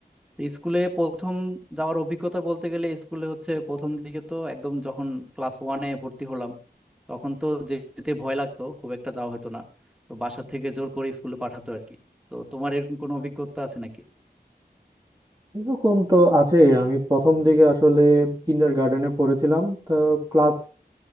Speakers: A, in the centre; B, on the right.
A: তো স্কুলে প্রথম যাওয়ার অভিজ্ঞতা বলতে গেলে স্কুলে হচ্ছে প্রথম দিকে তো একদম যখন ক্লাস ওয়ানে ভর্তি হলাম তখন তো যেতে ভয় লাগতো খুব একটা যাওয়া হতো না তো বাসা থেকে জোর করে স্কুলে পাঠাতো আর কি তো তোমার এরকম কোনো অভিজ্ঞতা আছে নাকি
B: এরকম তো আছে আমি প্রথম দিকে আসলে কিন্ডার গার্ডেনে পড়েছিলাম তো ক্লাস